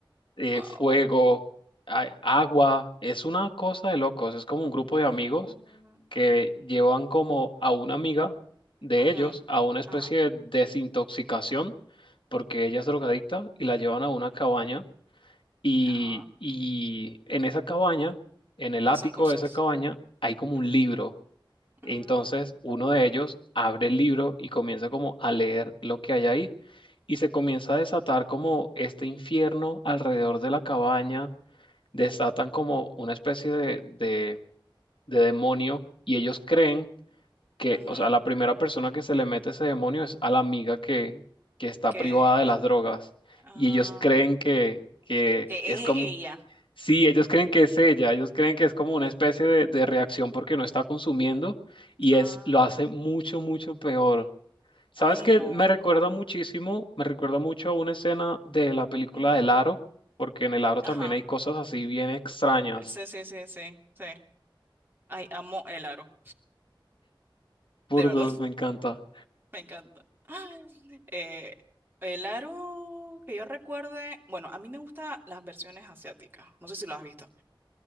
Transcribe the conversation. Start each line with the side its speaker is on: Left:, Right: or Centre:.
Left: eh,
Right: Wow.
Left: fuego, a- agua, es una cosa de locos, es como un grupo de amigos
Right: Mm,
Left: que llevan como a una amiga de
Right: ujú,
Left: ellos a una especie
Right: ajá,
Left: de desintoxicación, porque ella es drogadicta, y la llevan a una cabaña y,
Right: ajá.
Left: y en esa cabaña, en el
Right: Pasan
Left: ático
Right: cosas.
Left: de esa cabaña, hay como
Right: Ajá,
Left: un libro entonces,
Right: mm,
Left: uno de ellos abre el libro y comienza como a leer lo que hay ahí y se comienza a desatar como este infierno alrededor de la cabaña, desatan como una especie de, de, de demonio y ellos creen que,
Right: ujú,
Left: o sea, la primera persona que se le mete ese demonio es a la amiga que, que está
Right: que,
Left: privada de las drogas
Right: ah,
Left: y ellos creen que, que
Right: que
Left: es como...
Right: es ella.
Left: Sí, ellos creen que es ella, ellos creen que es como una especie de, de reacción porque no está consumiendo y
Right: Ah,
Left: es lo hace mucho, mucho peor. ¿Sabes
Right: ay,
Left: qué?
Right: no.
Left: Me recuerda muchísimo, me recuerda mucho a una escena de la película
Right: Mm,
Left: del Aro, porque en el Aro también
Right: ajá.
Left: hay cosas así bien extrañas.
Right: Sí, sí, sí, sí, sí. Ay, amo el aro.
Left: Burdos,
Right: De verdad.
Left: me encanta,
Right: Me encanta. <laughs> Eh, el aro que yo recuerde, bueno, a mí me gustan las versiones asiáticas, no sé si lo has visto,